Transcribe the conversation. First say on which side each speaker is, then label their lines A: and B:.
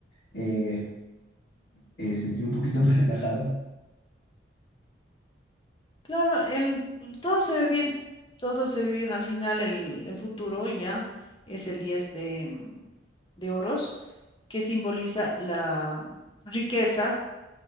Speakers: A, on the left; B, on the left.
A: eh, eh, sentirme un poquito <laughs> más relajado.
B: Claro, el, todo se ve bien, todo se ve bien. Al final el, el futuro ya es el 10 de, mm, de oros, que simboliza la riqueza,